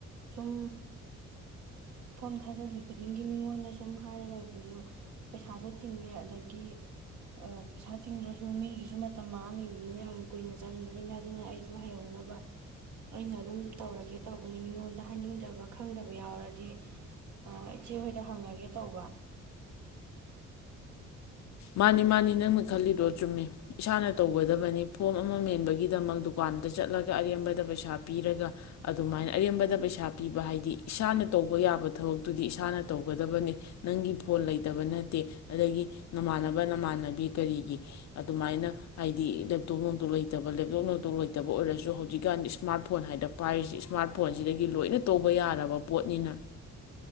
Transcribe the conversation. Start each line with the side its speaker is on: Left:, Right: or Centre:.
Right: ꯁꯨꯝ ꯐꯣꯝ ꯊꯥꯖꯤꯜꯂꯤ ꯈꯨꯗꯤꯡꯒꯤ ꯃꯤꯉꯣꯟꯗ ꯁꯨꯝ ꯍꯥꯏꯔ ꯂꯩꯕꯗꯨꯖꯨ ꯄꯩꯁꯥꯁꯨ ꯇꯤꯡꯉꯦ ꯑꯗꯒꯤ꯫ ꯄꯩꯁꯥ ꯇꯤꯡꯗ꯭ꯔꯁꯨ ꯃꯤꯒꯤꯁꯨ ꯃꯇꯝ ꯃꯥꯡꯉꯤꯕꯅꯤꯅ ꯌꯥꯝ ꯀꯨꯏꯅ ꯆꯪꯕꯅꯤꯅ ꯑꯗꯨꯅ ꯑꯩꯁꯨ ꯍꯩꯍꯧꯅꯕ ꯑꯩꯅ ꯑꯗꯨꯝ ꯇꯧꯔꯒꯦ ꯇꯧꯕꯅꯤ ꯃꯤꯉꯣꯟꯗ ꯍꯥꯏꯅꯤꯡꯗꯕ ꯈꯪꯗꯕ ꯌꯥꯎꯔꯗꯤ ꯏꯆꯦ ꯍꯣꯏꯗ ꯍꯪꯉꯒꯦ ꯇꯧꯕ꯫
Left: ꯃꯥꯅꯤ ꯃꯥꯅꯤ ꯅꯪꯅ ꯈꯜꯂꯤꯗꯣ ꯆꯨꯝꯃꯤ ꯏꯁꯥꯅ ꯇꯧꯒꯗꯕꯅꯤ ꯐꯣꯝ ꯑꯃ ꯃꯦꯟꯕꯒꯤꯗꯃꯛ ꯗꯨꯀꯥꯟꯗ ꯆꯠꯂꯒ ꯑꯔꯦꯝꯕꯗ ꯄꯩꯁꯥ ꯄꯤꯔꯒ ꯑꯗꯨꯃꯥꯏꯅ ꯑꯔꯦꯝꯕꯗ ꯄꯩꯁꯥ ꯄꯤꯕ ꯍꯥꯏꯗꯤ ꯏꯁꯥꯅ ꯇꯧꯕ ꯌꯥꯕ ꯊꯕꯛꯇꯨꯗꯤ ꯏꯁꯥꯅ ꯇꯧꯒꯗꯕꯅꯤ ꯅꯪꯒꯤ ꯐꯣꯟ ꯂꯩꯇꯕ ꯅꯠꯇꯦ ꯑꯗꯒꯤ ꯅꯃꯥꯟꯅꯕ ꯅꯃꯥꯟꯅꯕꯤ ꯀꯔꯤꯒꯤ ꯑꯗꯨꯃꯥꯏꯅ ꯍꯥꯏꯗꯤ ꯂꯦꯞꯇꯣꯞ ꯅꯨꯝꯇꯣꯛ ꯂꯩꯇꯕ ꯂꯦꯞꯇꯣꯞ ꯅꯣꯝꯇꯣꯛ ꯂꯩꯇꯕ ꯑꯣꯏꯔꯁꯨ ꯍꯧꯖꯤꯛꯀꯥꯟꯗꯤ ꯏꯁꯃꯥꯔꯠ ꯐꯣꯟ ꯍꯥꯏꯅ ꯄꯥꯏꯔꯤꯁꯤ ꯏꯁꯃꯥꯔꯠ ꯐꯣꯟꯁꯤꯗꯒꯤ ꯂꯣꯏꯅ ꯇꯧꯕ ꯌꯥꯔꯕ ꯄꯣꯠꯅꯤꯅ